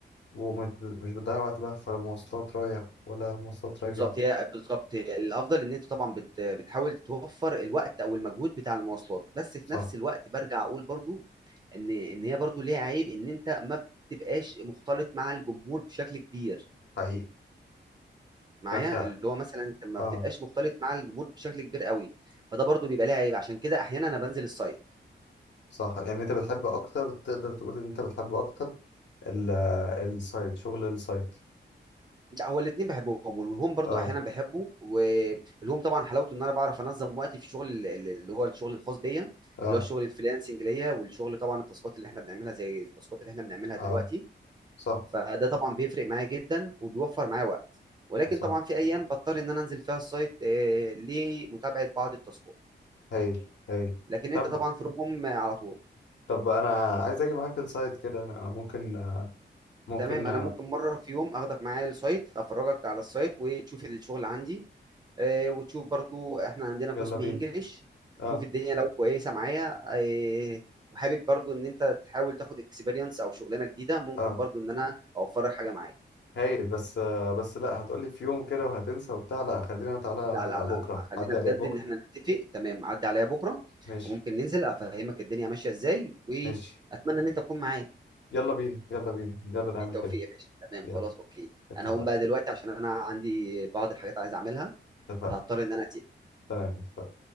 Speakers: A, on the left (about 75°); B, on the right (about 20°).
A: ومش ب- مش بتضيع وقت بقى في مواصلات رايح ولا مواصلات راجع
B: بالظبط هي بالظبط هي الافضل ان انت طبعا بت بتحاول توفر الوقت او المجهود بتاع المواصلات بس في
A: صح
B: نفس الوقت برجع اقول برضو ان ان هي برضو ليها عيب ان انت ما بتبقاش مختلط مع الجمهور بشكل كبير
A: حقيقي
B: معايا
A: فانت
B: اللي هو مثلا انت ما
A: اه
B: بتبقاش مختلط مع الجمهور بشكل كبير قوي فده برضو بيبقى ليه عيب عشان كده احيانا انا بنزل السايت
A: صح يعني انت بتحب اكتر تقدر تقول ان انت بتحب اكتر ال- السايت شغل السايت
B: لا هو الاثنين بحبهم والهوم برضو
A: اه
B: احيانا بحبه والهوم طبعا حلاوته ان انا بعرف انظم وقتي في الشغل ال- ال- اللي هو الشغل الخاص بيا
A: اه
B: اللي هو الشغل الفريلانسنج ليا والشغل طبعا التاسكات اللي احنا بنعملها زي التاسكات اللي احنا بنعملها
A: اه
B: دلوقتي
A: صح
B: فده طبعا بيفرق معايا جدا وبيوفر معايا وقت ولكن
A: صح
B: طبعا في ايام بضطر ان انا انزل فيها السايت آه، لمتابعه بعض التاسكات
A: هايل هايل
B: لكن
A: طب
B: انت طبعا في روم على طول
A: طب انا عايز اجي معاك انسايد كده انا ممكن ممكن
B: تمام انا ممكن مره في يوم اخدك معايا السايت افرجك على السايت وتشوف الشغل عندي آه، وتشوف برضو احنا عندنا
A: يلا
B: قسم
A: بينا
B: انجليش
A: اه
B: تشوف الدنيا لو كويسه معايا آه، وحابب برضو ان انت تحاول تاخد اكسبيرينس او شغلانه جديده ممكن
A: اه
B: برضو ان انا اوفرك حاجه معايا
A: هايل بس بس لا هتقولي في يوم كده وهتنسى وبتاع لا خلينا تعالى
B: لا لا لا
A: بكره
B: لا خلينا
A: عدي
B: بجد
A: عليك بكره
B: ان احنا نتفق تمام عدي عليا بكره
A: ماشي
B: وممكن ننزل افهمك الدنيا ماشيه ازاي واتمنى
A: ماشي
B: ان انت تكون معايا
A: يلا بينا يلا بينا يلا نعمل
B: بالتوفيق
A: كده
B: يا باشا تمام
A: يلا
B: خلاص اوكي
A: اتفقنا
B: انا هقوم بقى دلوقتي عشان انا عندي بعض الحاجات عايز اعملها
A: اتفقنا
B: فهضطر ان انا اسيب
A: تمام اتفقنا